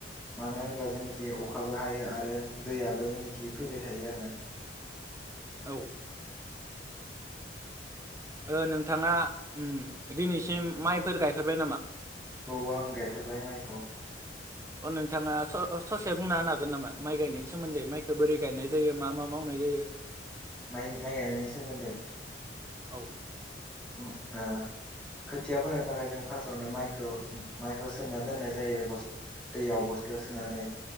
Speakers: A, in the centre; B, on the right (about 15°).
A: मानो
B: औ
A: होनबा जेनाखि अख खाबो हायो आरो दैयाबो जेनाखि फैबाय थायो आरो ना
B: औ ओ नोंथाङा ओ दिनैसिम माइफोर गायफेरबाय नामा?
A: औ आं गायफेरबाय माइखौ
B: अ नोंथाङा स ससे बुंना होनो हागोन नामा माइ गायनायनि सोमोन्दै माइखौ बोरै गायनाय जायो मा मा मावनाय जायो
A: माइ माय गायनायनि सोमोन्दै
B: औ
A: ओम ओ खोथिया फोनो थाखाय जों फार्सआवनो माइखौ माइखौ सोमना दोननाय जायो बस- दैयाव बस्थायाव सोनानै